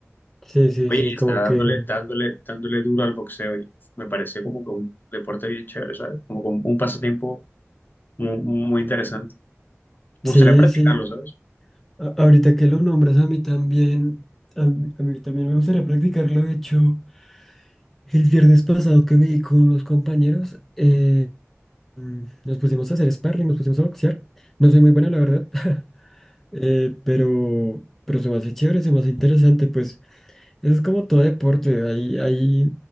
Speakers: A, in the centre; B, on the left.
A: Sí, sí,
B: Oye,
A: sí, como
B: está dándole,
A: que.
B: dándole, dándole duro al boxeo y me parece como que un deporte bien chévere, ¿sabes? Como que un, un pasatiempo muy, muy interesante. Me
A: Sí,
B: gustaría practicarlo,
A: sí.
B: ¿sabes?
A: A- ahorita que lo nombras a mí también. A mí, a mí también me gustaría practicarlo. De hecho, el viernes pasado que me vi con unos compañeros, eh, mm, nos pusimos a hacer sparring, nos pusimos a boxear. No soy muy bueno, la verdad. <laughs> eh, pero, pero se me hace chévere, se me hace interesante, pues. Es como todo deporte, hay, hay,